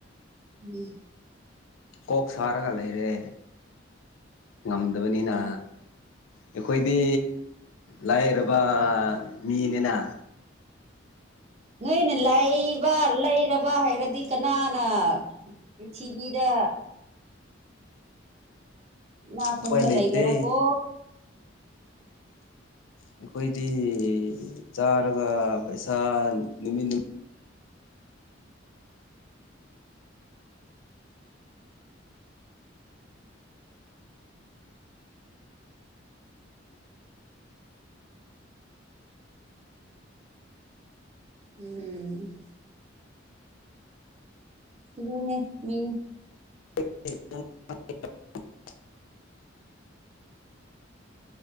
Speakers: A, on the right (about 35°); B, on the left (about 80°).
A: ꯎꯝ
B: ꯀꯣꯛ ꯁꯥꯔꯒ ꯂꯩꯔꯦ ꯉꯝꯗꯕꯅꯤꯅ ꯑꯩꯈꯣꯏꯗꯤ ꯂꯥꯏꯔꯕ ꯃꯤꯅꯤꯅ
A: ꯅꯣꯏꯅ ꯂꯩꯕ ꯂꯩꯔꯕ ꯍꯥꯏꯔꯗꯤ ꯀꯅꯥꯅ ꯄ꯭ꯔꯤꯊꯤꯕꯤꯗ ꯏꯅꯥꯛ ꯈꯨꯟꯕ
B: ꯎꯄꯥꯏ ꯂꯩꯇꯦ
A: ꯂꯩꯒꯦꯔ ꯀꯣ
B: ꯑꯩꯈꯣꯏꯗꯤ ꯆꯥꯔꯒ ꯄꯩꯁꯥ ꯅꯨꯃꯤꯠ ꯅꯨ
A: ꯎꯝ ꯑꯗꯨꯅꯦ ꯃꯤ
B: <unintelligible>